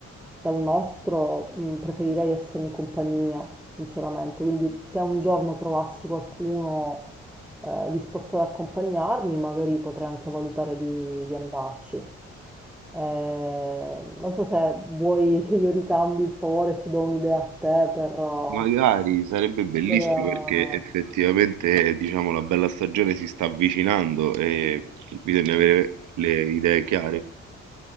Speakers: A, in the centre; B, on the right.
A: dal nostro mm, preferirei essere in compagnia, sinceramente. Quindi se un giorno trovassi qualcuno eh, disposto ad accompagnarmi, magari potrei anche valutare di, di andarci. Eh, non so se vuoi <laughs> che io ricambi il favore e ti do un'idea a te per... eh,
B: Magari sarebbe bellissimo
A: per, eh
B: perché effettivamente, diciamo, la bella stagione si sta avvicinando e bisogna avere le idee chiare.